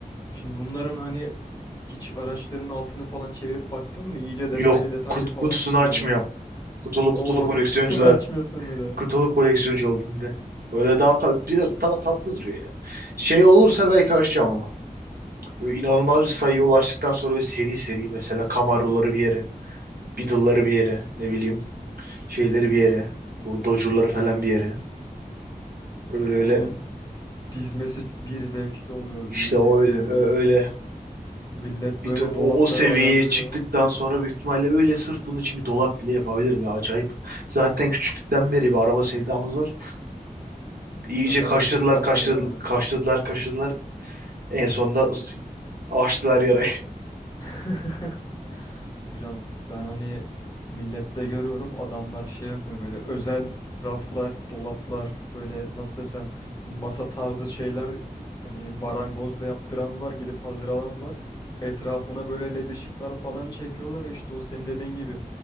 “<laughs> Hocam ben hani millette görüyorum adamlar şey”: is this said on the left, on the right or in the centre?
Left